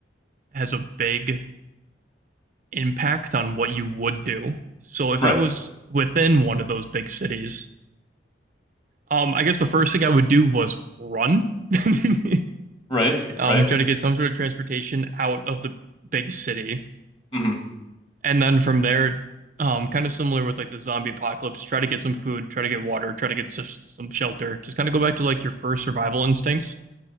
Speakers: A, on the right (about 45°); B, on the left (about 25°).
A: has a big impact on what you would do. So if
B: Right,
A: I was within one of those big cities, um, I guess the first thing I would do was run. <laughs>
B: right,
A: Um,
B: right,
A: try to get some sort of transportation out of the big city.
B: hmm
A: And then from there, um, kind of similar with like the zombie apocalypse, try to get some food, try to get water, try to get s- some shelter. Just kind of go back to like your first survival instincts.